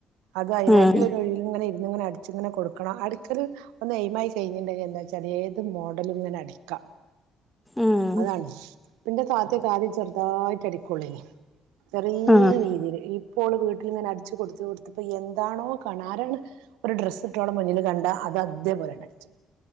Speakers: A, on the right (about 75°); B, in the centre.
A: അത് അയിനായിട്ടുള്ളൊരു
B: ഉം
A: ഒഴിവ് ല് ഇങ്ങനെ ഇരി ങ്ങെനെ അടിച്ചിങ്ങനെ കൊട് ക്കണം. അടിക്കല് ഒന്ന് എയിമായി കഴിഞ്ഞിണ്ടെങ്കില് എന്താ ച്ചാല് ഏത് മോഡലും ഇങ്ങനെ അടിക്കാ.
B: ഉം
A: അതാണ്. എന്റെ താത്ത ആദ്യം ചെറുതായിട്ട് അടിക്കൊള്ളേ ചെറിയ
B: ആഹ്
A: രീതിയിൽ ഈ ഇപ്പോള് വീട്ടിൽങ്ങനെ അടിച്ചു കൊടുത്ത കൊടുത്തിപ്പോ എന്താണോ കാണുന്നേ ഒരു ഡ്രസ്സ് ഇട്ട് ഓളെ മുന്നിൽ കണ്ട അത് അതേപോലെ അടിച്ച-